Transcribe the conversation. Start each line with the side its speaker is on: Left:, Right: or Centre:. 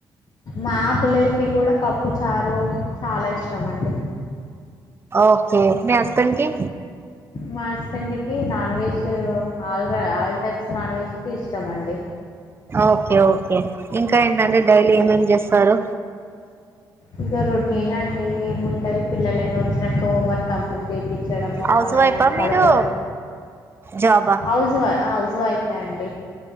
Left: మా పిల్లలకి కూడా పప్పు చారు చాలా ఇష్టం అండి
Right: ఓకే మీ హస్బెండ్ కి
Left: మా హస్బెండ్ కి non veg all all types non veg అంటే ఇష్టం అండి
Right: ఓకే ఓకే ఇంకా ఏంటంటే డైలీ ఏమేమేం చేస్తారు.
Left: ఇంకా రోటీనే ఇవ్ ఉంటది పిల్లలను వచ్చినక హోంవర్క్ కంప్లీట్ చేపించడం
Right: హౌస్
Left: వాళ్ళను
Right: వైఫా మీరు
Left: పడుకో
Right: జాబా
Left: హౌస్ హౌస్ వైఫ్ రండి